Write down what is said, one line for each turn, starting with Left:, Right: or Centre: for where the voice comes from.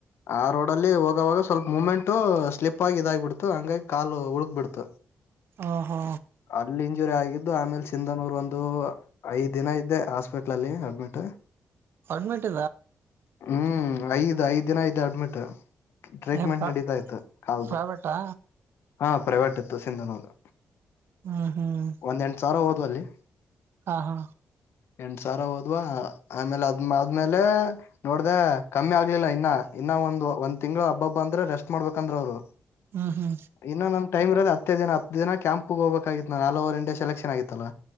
Left: ಆ ರೋಡ್ ಅಲ್ಲಿ ಹೋಗವಾಗ ಸ್ವಲ್ಪ ಮೂಮೆಂಟ್ು ಸ್ಲಿಪ್ ಆಗಿ ಇದಾಗಿ್ಬಿಡ್ತು ಹಂಗಾಗಿ ಕಾಲು ಉಳಗ್ಕ್ ಬಿಿಡ್ತು.
Right: ಹಾ ಹಾ
Left: ಅಲ್ಲಿ ಇಂಜುರಿ ಆಗಿದ್ದು ಆಮೇಲೆ ಸಿಂಧನೂರ್ ಒಂದು. ಐದ್ ದಿನ ಇದ್ದೆ ಹಾಸ್ಪಿಟ್ಲ ಅಲ್ಲಿ ಅಡ್ಮಿಟ್.
Right: ಅಡ್ಮಿಟ್
Left: ಹ್ಮ್ ಐದ್ ಐದ್ ದಿನ ಐತೆ ಅಡ್ಮಿಟ್. ಟ್ರೀಟ್ಮೆಂಟ್
Right: ಏನ್ ಪ್ರಾ
Left: ನಡೀತಾ ಇತ್ತು ಕಾಲ್ದು
Right: ಪ್ರೈವೇಟಾ
Left: ಹಾ ಪ್ರೈವೇಟ್ ಇತ್ತು ಸಿಂಧನೋದು.
Right: ಹ್ಮ್ ಹ್ಮ್
Left: ಒಂದ್ ಎಂಟ ಸಾವಿರ ಹೋದವರು ಅಲ್ಲಿ.
Right: ಹಾ ಹಾ
Left: ಎಂಟ ಸಾವಿರ ಹೋದ್ವಾ ಆಮೇಲೆ ಅದ್್ಮ ಆದ್ಮೇಲೆ. ನೋಡ್ದ ಕಮ್ಮಿ ಆಗ್ಲಿಲ್ಲ ಇನ್ನ ಇನ್ನ ಒಂದ್ ಒಂದ್ ತಿಂಗಳು ಹಬ್ಬ ಹಬ್ ಅಂದ್ರೆ ರೆಸ್ಟ್ ಮಾಡ್ಬೇಕಂದ್ರ ಅವ್ರು.
Right: ಹ್ಮ ಹ್ಮ
Left: ಇನ್ನು ನ್ ೈಮ್ರೋದ ಹತ್ತೇಿನ ಹ ದಿನ ಕ್ಯಾಂಪ್ಗೆ ಹೋಗಬೇಕಾಗಿತ್ತು ನಾ ಓರ್ ಇಂಡೇ ಸೆಲೆಕ್ಷನ್ ಆಗಿತ್ತಲ್ಲ